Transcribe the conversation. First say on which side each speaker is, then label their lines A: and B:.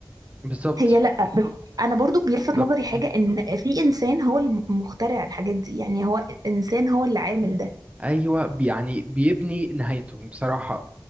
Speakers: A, on the right; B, on the right.
A: بالظبط
B: هي لا بس انا برضو بيلفت
A: طب
B: نظري حاجه
A: مم.
B: ان في انسان هو اللي مخترع الحاجات دي يعني هو انسان هو اللي عامل ده
A: ايوه بي- يعني بيبني نهايته بصراحه